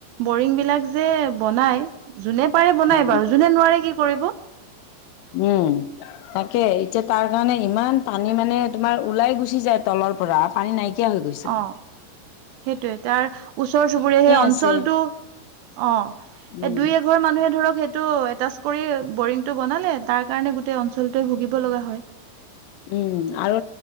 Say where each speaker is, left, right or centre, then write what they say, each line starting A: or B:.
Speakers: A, on the right; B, on the left.
A: বৰিং বিলাক যে বনাই যোনে পাৰে বনাই
B: উম।
A: বাৰু যোনে নোৱাৰে কি কৰিব?
B: উম তাকে এতিয়া তাৰ কাৰণে ইমান পানী মানে তোমাৰ ওলাই গুচি যায় তলত পৰা পানী নাইকিয়া হৈ গৈছিল।
A: অ সেইটোয়ে তাৰ ওচৰ চুবুৰীয়া সেই অঞ্চলটো
B: আছে
A: অ
B: উম।
A: এই দুই এঘৰ মানুহে ধৰক টো এটাচকৰি বৰিংটো বনালে তাৰ কাৰণে গোটেই অঞ্চলটোৱে ভুগিব লগা হয়।
B: উম, আৰু